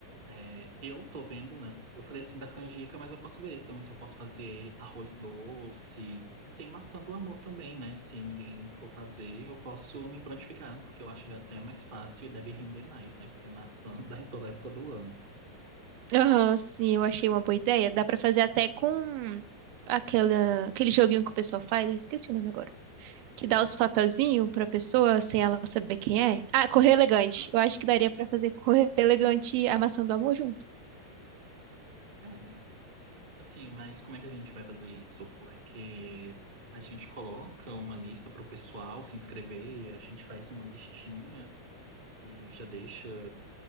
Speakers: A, on the right (about 50°); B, on the right (about 75°).
A: É, eu tô vendo, né? Eu falei assim da canjica, mas eu posso ver também se eu posso fazer arroz doce. Tem maçã do amor também, né? Se ninguém for fazer, eu posso me prontificar, porque eu acho até mais fácil e deve render mais, né? Porque maçã <laughs> dá em toda época do ano.
B: Aham, sim, eu achei uma boa ideia. Dá pra fazer até com aquela, aquele joguinho que o pessoal faz, eu esqueci o nome agora. Que dá os papelzinhos pra pessoa sem ela saber quem é. Ah, Correr Elegante.
A: Aham.
B: Eu acho que daria pra fazer Correr Elegante e a Maçã do Amor junto.
A: É, assim, mas como é que a gente vai fazer isso? Porque a gente coloca uma lista para o pessoal se inscrever, a gente faz uma listinha e já deixa